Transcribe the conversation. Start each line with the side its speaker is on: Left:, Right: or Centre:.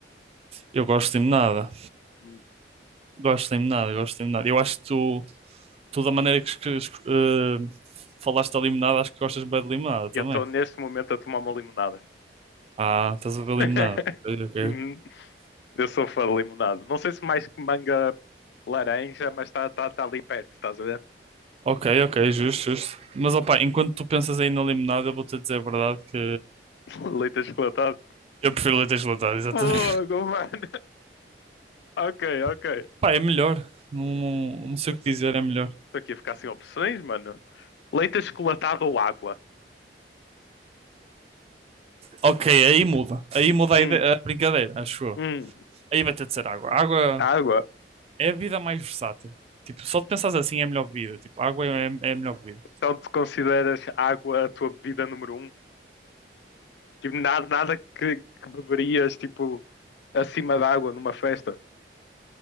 Right: Eu gosto de limonada.
Left: Hum.
Right: Gosto de limonada, gosto de limonada. Eu acho que tu, tu da maneira que, es- que es- eh, falaste da limonada, acho que gostas bem de limonada também.
Left: Eu estou neste momento a tomar uma limonada.
Right: Ah, estás a ver
Left: <laughs>
Right: limonada. Ok, ok.
Left: Uhum. Eu sou fã de limonada. Não sei se mais que manga laranja, mas está tá, tá tá ali perto, estás a ver?
Right: Ok, ok, justo, justo. Mas opá, enquanto tu pensas aí na limonada, eu vou-te dizer a verdade que
Left: <laughs> Leite achocolatado.
Right: eu prefiro leite gelado, exatamente.
Left: Fogo, mano. Ok, ok.
Right: <laughs> Pá, é melhor. Não, não, não sei
Left: Estou
Right: o que dizer, é melhor.
Left: aqui a ficar sem opções, mano. Leite achocolatado ou água?
Right: Ok, aí muda. Aí muda
Left: Hum,
Right: a, ide- a brincadeira, acho eu.
Left: hum.
Right: Aí vai ter de ser água. Água
Left: Água,
Right: é a vida mais versátil. Tipo, só de pensares assim é a melhor vida. Tipo, água é, é a melhor vida.
Left: Então tu consideras água a tua bebida número um? Tipo, nada, nada que, que beberias, tipo, acima da água numa festa?